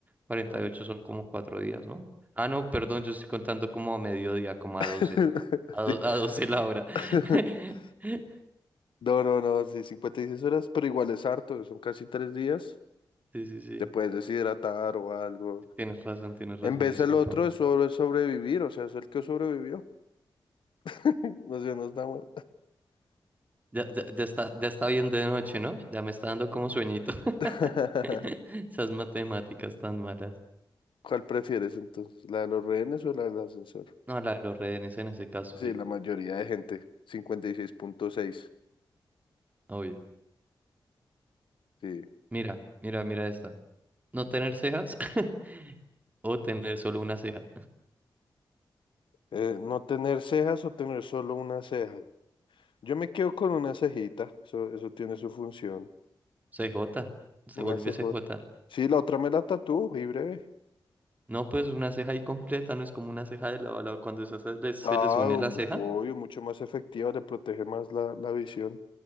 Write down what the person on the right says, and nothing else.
cuarenta
y ocho son como cuatro días, ¿no? Ah, no, perdón, yo estoy contando como a mediodía, como a
doce A, do-
a 12 la hora.
<laughs>
Sí, sí, sí.
Tienes razón, tienes razón,
discúlpame.
Ya, ya, ya está, ya está bien de noche, ¿no? Ya me está dando como sueñito.
<laughs> Esas matemáticas tan malas.
No, la de los rehenes en ese caso,
sí,
obvio.
Mira, mira, mira esta. No tener cejas <laughs> o tener solo una ceja.
C J se
vuelve
C J
No, pues una ceja ahí completa, no es como una ceja de lado a lado. Cuando esas se les, se
les une
la ceja,